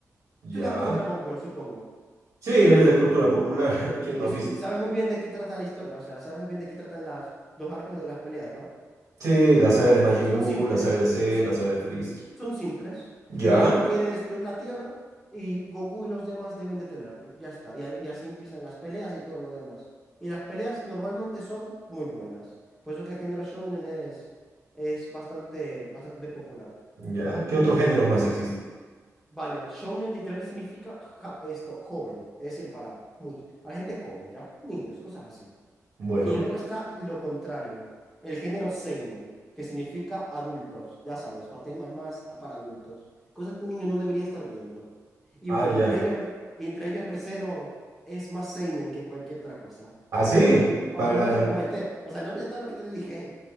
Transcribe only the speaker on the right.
Ya,
sí, es de cultura popular, <laughs> ¿quién
no ha visto?
Sí, la saga de Majin
Buu,
la saga de Cell,
la saga de Freezer.
Ya,
ya, ¿qué otro género más existe?
Bueno,
ah,
ya.
Ah, sí,
para